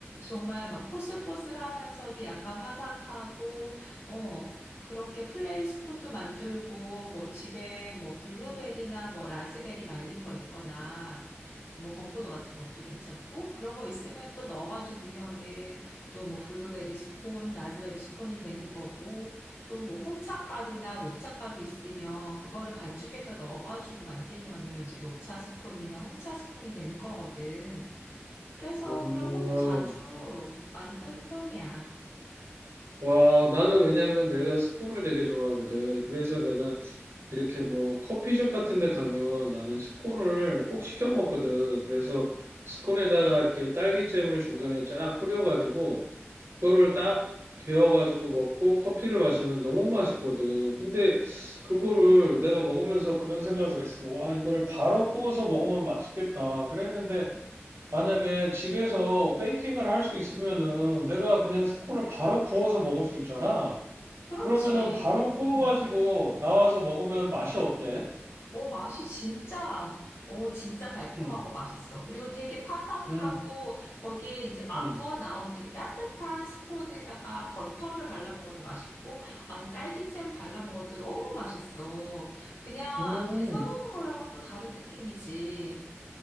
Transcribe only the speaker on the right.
와,
와, 나는 왜냐면 내가 스콘을 되게 좋아하거든. 그래서 내가 이렇게 뭐 커피숍 같은 데 가면 나는 스콘을 꼭 시켜 먹거든. 그래서 스콘에다가 이렇게 딸기잼을 중간에 쫙 뿌려가지고 그거를 딱 베어가지고 먹고 커피를 마시면 너무 맛있거든. 근데 그거를 내가 먹으면서 그런 생각을 했어. 와, 이거를 바로 구워서 먹으면 맛있겠다. 그랬는데 만약에 집에서 베이킹을 할 수 있으면은 내가 그냥 스콘을 바로 구워서 먹을 수 있잖아.
그러면은 바로 구워가지고
나와서 먹으면 맛이 어때?
음,
음,
음.
음,